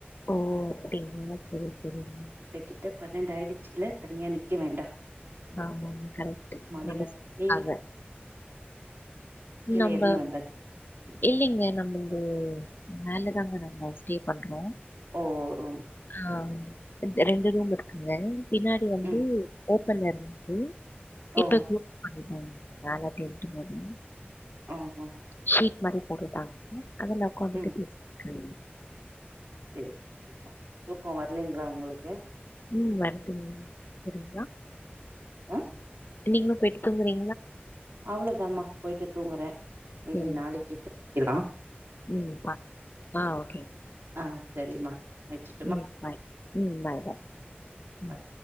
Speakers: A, on the left (about 55°); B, on the right (about 65°).
A: ஓ அப்டிங்ளா செரி செரிங்க
B: கிட்ட கிட்ட பன்னெண்டு ஆயிடுச்சுல தனியா நிக்க வேண்டா
A: ஆமாங் கரெக்ட்டு
B: மாடி
A: <inaudible>
B: மேல நீங்க கீழ
A: நம்ப
B: எறங்கி வந்தாச்சு
A: இல்லிங்க நம்ப இங்க மேலதாங்க நாங்க ஸ்டே பண்றோ
B: ஓ ரொம்
A: ஆ ரெண் ரெண்டு ரூம் இருக்குங்க பின்னாடி வந்து
B: ம்
A: ஓப்பன்ல இருந்துது
B: ஓ
A: இப்ப கிளாஸ் பண்ணிட்டாங்க மேல <inaudible> மாரி
B: ஆமா
A: ஷீட் மாரி போட்டுட்டாங்கங்க அதுல ஒக்காந்துக்கட்டு
B: ம்
A: பேசிட்ருக்கே
B: சேரி சேரிப்பா தூக்கோ வர்லிங்ளா உங்குளுக்கு
A: ம் வருதுங்க போறீங்ளா
B: ஆ
A: நீங்களு பேயிட்டு தூங்குறீங்
B: அவ்ளதாமா போயிட்டு தூங்குறே மீதி
A: சரிங்க.
B: நாளைக்கு <inaudible> க்கிலா
A: ம் ஆ ஓகே
B: ஆ செரிம்மா வச்சு
A: ம் பாய் ம் பாய் பாய் ம்.
B: பாய்